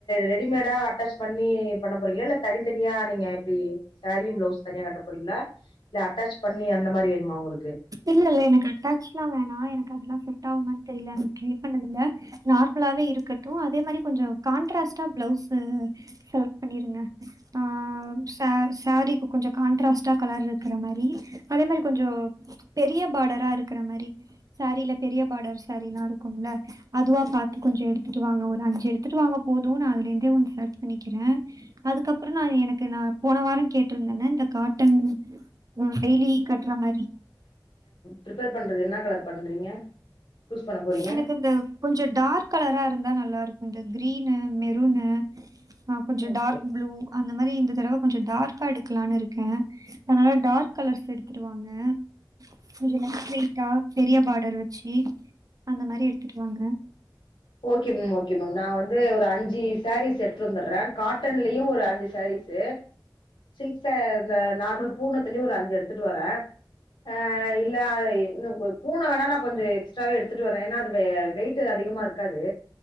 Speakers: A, on the left; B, on the right.
A: ரெடிமேடா அட்டாச் பண்ணி பண்ண போறீங்களா இல்ல தனித்தனியா நீங்க இப்டி சாரியு பிளவுஸு தனியா கட்ட போறீங்களா இல்ல அட்டாச் பண்ணி அந்த மாரி வேணுமா உங்களுக்கு
B: இல்லல்ல எனக்கு அட்டாச்ல்லா வேணா எனக்கு அதெல்லா செட் ஆகுமானு தெரில அனிக்கி ட்ரை பண்ணதுல்ல நார்மலாவே இருக்கட்டு அதே மாரி கொஞ்சோ கான்ட்ராஸ்ட்டா பிளவுஸ்சு செலக்ட் பண்ணிருங்க ஆ ச சாரீக்கு கொஞ்சோ கான்ட்ராஸ்ட்டா கலர் இருக்குற மாரி அதே மாரி கொஞ்சோ பெரிய பாடரா இருக்குற மாரி சாரில பெரிய பாடர் சாரிலா இருக்கும்ல அதுவா பாத்து கொஞ்சோ எடுத்துட்டு வாங்க ஒரு அஞ்சு எடுத்துட்டு வாங்க போது நா அதுல இருந்தே ஒன்னு செலெக்ட் பண்ணிக்கிற அதுக்கப்புறோ நா எனக்கு நா போன வாரோ கேட்டிருந்தல இந்த காட்டன் ம் டெய்லி கட்ற மாரி
A: ப்ரிப்பர் பண்றது என்ன கலர் பண்றீங்க சூஸ் பண்ண போறீங்க
B: எனக்கு இந்த கொஞ்சோ டார்க் கலரா இருந்தா நல்லா இருக்கு இந்த கிரீனு மெருனு ஆ கொஞ்சோ
A: ஓகே
B: டார்க் ப்ளூ அந்த மாரி இந்த தடவ கொஞ்ச டார்க்கா எடுக்கலான்னு இருக்க அதனால டார்க் கலர்ஸ் எடுத்துட்டுவாங்க கொஞ்சோ லைட் வெய்ட்டா பெரிய பார்டர் வச்சு அந்த மாரி எடுத்துட்டுவாங்க
A: ஓகே மீம் ஓகே மம் நா வந்து ஒரு அஞ்சு சாரீஸ் எடுத்துட்டு வந்துற்ற காட்டன்லயு ஒரு அஞ்சு சாரீஸ் செ சில்க்ஸ் சர் இந்த நார்மல் பூனத்துலயு ஒரு அஞ்சு எடுத்துட்டு வர ஆ இல்ல அ இன்னு பூனொ வேணா நா கொஞ்சோ எக்ஸ்ட்ராவே எடுத்துட்டு வர ஏனா அது வ வெயிட் அதிகமா இருக் க்காது